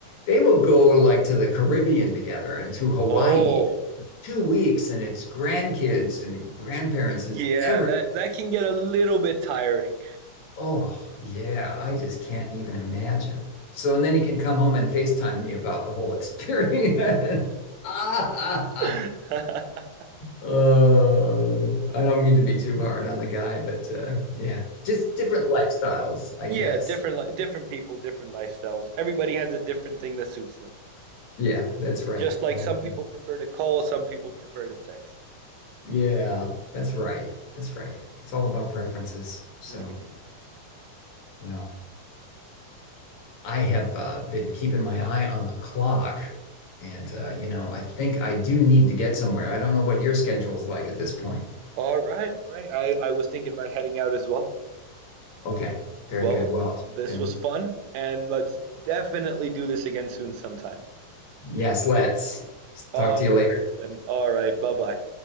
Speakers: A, on the left; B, on the right.
A: they will go like to the Caribbean together and to Hawaii
B: Oh,
A: two weeks, and it's grandkids and grandparents and
B: yeah,
A: everything.
B: that that can get a little bit tiring.
A: Oh yeah, I just can't even imagine. So and then he can come home and FaceTime me about the whole experience. <laughs> Ah.
B: <laughs>
A: Oh, I don't mean to be too hard on the guy, but uh, yeah, just different lifestyles, I
B: Yeah,
A: guess.
B: different li different people, different lifestyles. Everybody has a different thing that suits them.
A: Yeah, that's right.
B: Just like
A: You know,
B: some people prefer to call, some people prefer to text.
A: yeah, that's right. That's right. It's all about preferences. So,
B: Mhm.
A: well, I have uh, been keeping my eye on the clock, and uh, you know, I think I do need to get somewhere. I don't know what your schedule's like at this point.
B: All right, all right. I I was thinking about heading out as well.
A: Okay, very
B: Well,
A: good. Well, it's
B: this
A: been,
B: was fun, and let's definitely do this again soon sometime.
A: yes, let's
B: All
A: talk to
B: right,
A: you later.
B: then. All right. Bye-bye.